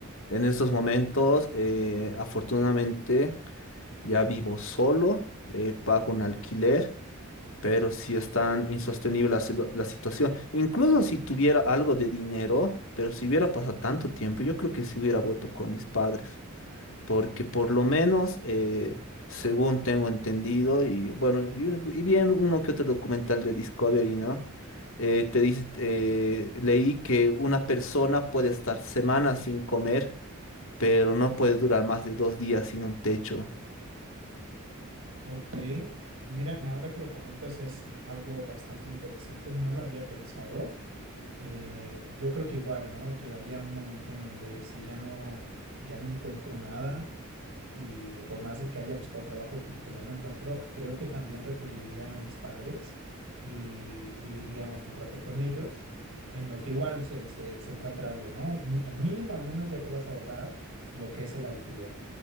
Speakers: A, on the left (about 65°); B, on the right (about 65°).
A: En estos momentos, eh, afortunadamente, ya vivo solo, eh, pago un alquiler, pero sí es tan insostenible la, silu- la situación. Incluso si tuviera algo de dinero, pero si hubiera pasado tanto tiempo, yo creo que sí hubiera vuelto con mis padres porque por lo menos, eh, según tengo entendido, y bueno, y, y bien uno que otro documental de Discovery, ¿no? Eh, te dice, eh, leí que una persona puede estar semanas sin comer, pero no puede durar más de dos días sin un techo.
B: Ok, mira, ahora que lo comentas es algo bastante interesante, no lo había pensado. Eh, yo creo que igual, ¿no? Llegaría un momento en donde si ya no, ya no encuentro nada y por más de que haya buscado trabajo, como que no lo encuentro, creo que también recurriría a mis padres y viviría un rato con ellos, en lo que igual se, se, se encuentra algo, ¿no? Mi- mínimo al menos ya te vas a ahorrar lo que es el alquiler